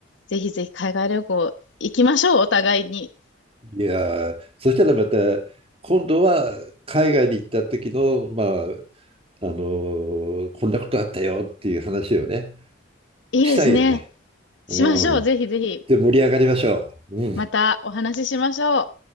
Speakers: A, on the left (about 70°); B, on the right (about 30°).
A: ぜひぜひ海外旅行行きましょう、お互いに。
B: いやーそしたらまた今度は海外に行った時のまああのーこんなことあったよっていう話をね
A: いいですね。
B: したいよね。
A: しましょう。
B: うん。
A: ぜひぜひ、
B: で盛り上がりましょう。うん。
A: またお話ししましょう。